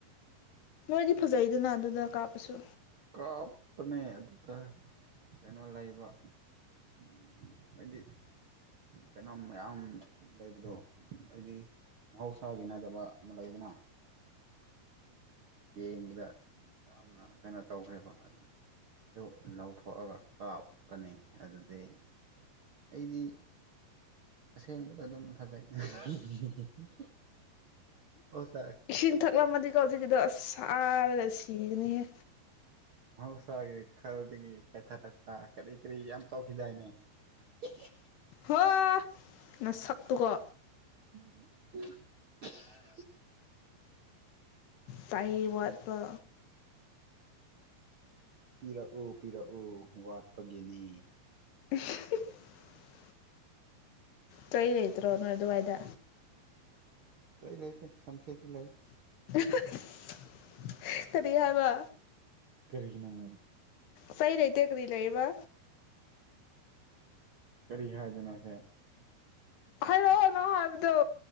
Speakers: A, on the left; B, on the right.
A: ꯃꯣꯏꯗꯤ ꯐꯖꯩꯗꯅ ꯑꯗꯨꯗ ꯀꯥꯞꯄꯁꯨ
B: ꯀꯥꯞꯄꯅꯦ ꯑꯗꯨꯗ ꯀꯩꯅꯣ ꯂꯩꯕ ꯎꯝ ꯍꯥꯏꯗꯤ ꯀꯩꯅꯣꯝ ꯃꯌꯥꯝ ꯂꯩꯕꯗꯣ ꯍꯥꯏꯗꯤ ꯃꯍꯧꯁꯥꯒꯤ ꯅꯗꯕ ꯑꯃ ꯂꯩꯗꯅ <unintelligible> ꯌꯦꯡꯕꯗ ꯌꯥꯝꯅ ꯀꯩꯅꯣ ꯇꯧꯈ꯭ꯔꯦꯕ ꯑꯗꯨꯅ ꯑꯗꯨ ꯂꯧꯊꯣꯛꯑꯒ ꯀꯥꯞꯄꯅꯤ ꯑꯗꯨꯗꯤ ꯑꯩꯗꯤ ꯑꯁꯦꯡꯕꯗ ꯑꯗꯨꯝ ꯐꯖꯩꯏ <unintelligible>
A: ꯏꯁꯤꯡ ꯊꯛꯂꯝꯃꯗꯤꯀꯣ ꯍꯧꯖꯤꯛꯀꯤꯗꯣ ꯑꯁ ꯍꯥꯔꯒ ꯁꯤꯒꯥꯅꯤꯍꯦ
B: ꯃꯍꯧꯁꯥꯒꯤ ꯈꯜꯗꯒꯤ ꯀꯦꯊꯥꯔꯛꯄ ꯀꯔꯤ ꯀꯔꯤ ꯌꯥꯝ ꯇꯧꯈꯤꯗꯥꯏꯅꯦ <unintelligible>
A: ꯍꯣ ꯅꯁꯛꯇꯨꯒ
B: <unintelligible>
A: ꯆꯩ ꯋꯥꯠꯄ
B: ꯄꯤꯔꯛ ꯑꯣ ꯄꯤꯔꯛ ꯑꯣ ꯋꯥꯠꯄꯒꯤꯅꯦ
A: <unintelligible> ꯆꯩ ꯂꯩꯇ꯭ꯔꯣ ꯅꯣꯏ ꯑꯗꯨꯋꯥꯏꯗ
B: ꯆꯩ ꯂꯩꯇꯦ ꯁꯝꯖꯦꯠꯇꯤ ꯂꯩ
A: <unintelligible> ꯀꯔꯤ ꯍꯥꯏꯕ
B: ꯀꯔꯤꯒꯤꯅꯣꯅꯦ
A: ꯆꯩ ꯂꯩꯇꯦ ꯀꯔꯤ ꯂꯩꯌꯦꯕ
B: ꯀꯔꯤ ꯍꯥꯏꯕꯅꯣꯅꯦ
A: ꯍꯥꯏꯔꯛꯑꯣ ꯅꯪ ꯍꯥꯏꯕꯗꯣ